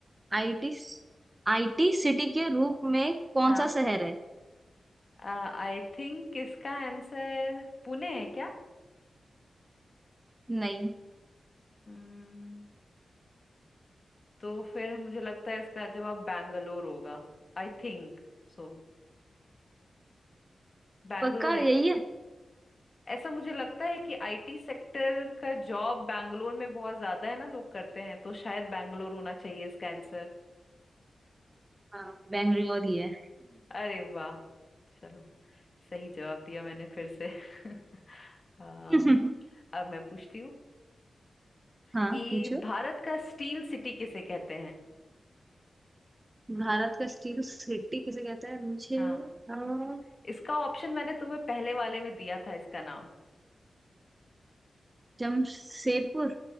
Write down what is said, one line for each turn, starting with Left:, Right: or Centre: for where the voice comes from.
Right: आईटी आईटी सिटी के रूप में कौन
Left: हाँ
Right: सा शहर है
Left: आई थिंक इसका आंसर पुणे है क्या
Right: नहीं
Left: हम्म, तो फिर मुझे लगता है इसका जवाब बैंगलोर होगा आई थिंक सो बैंगलोर
Right: पक्का
Left: है
Right: यही है
Left: ऐसा मुझे लगता है कि आईटी सेक्टर का जॉब बैंगलोर में बहुत ज्यादा है ना लोग करते हैं तो शायद बैंगलोर होना चाहिए इसका आंसर
Right: हाँ बेंगलोर ही है
Left: अरे वाह चलो सही जवाब दिया मैंने फिर से <laughs> आ,
Right: <laughs>
Left: अब मैं पूछती हूँ
Right: हाँ
Left: कि
Right: पूछो
Left: भारत का स्टील सिटी किसे कहते हैं
Right: भारत का स्टील सिटी किसे कहते हैं मुझे
Left: हाँ
Right: अ,
Left: इसका ऑप्शन मैंने तुम्हें पहले वाले में दिया था इसका नाम
Right: जमशेदपुर